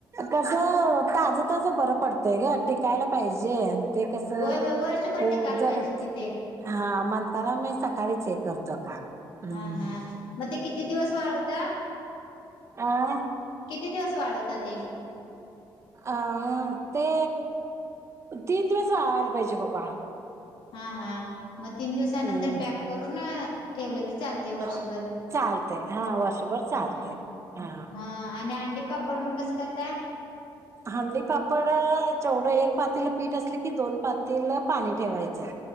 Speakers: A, on the right; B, on the left.
A: तसं... ताजं-ताजं बरं पडतंय गं, टिकायला पाहिजे ते कसं
B: होय होय वर्षभर
A: हो
B: टिकायला
A: जराच
B: पाहिजे कि ते
A: हा म्हणताना मी सकाळी चेक करतो का? हम्म
B: हा हा मग ते किती दिवस वाळवता?
A: अं.. म..
B: किती दिवस वाळवता ते?
A: अं ते तीन दिवस वाळायला पाहिजे बग बाळा.
B: हां-हां म तीन दिवसानंतर
A: हम्म
B: पॅक करून ठेवले चालतंय
A: हा,
B: वर्षभर.
A: चालतंय हा वर्षभर चालतंय
B: हां
A: हा
B: आणि अंडि पापड मग कसं कताय?
A: हंडी पापड जेवढं एक पातीलं पीठ असलं की दोन पातीलं पाणी ठेवायचं.